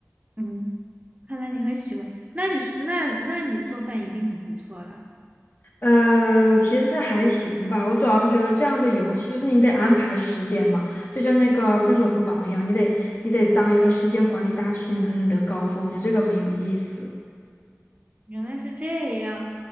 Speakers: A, on the right; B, on the left.
A: 嗯，看来你很喜欢，那你是那那你做饭一定很不错了，
B: 嗯，其实还行吧。我主要是觉得这样的游戏，就是你得安排时间嘛，就像那个《分手厨房》一样，你得你得当一个时间管理大师，你才能得高分。我觉得这个很有意思。
A: 原来是这样。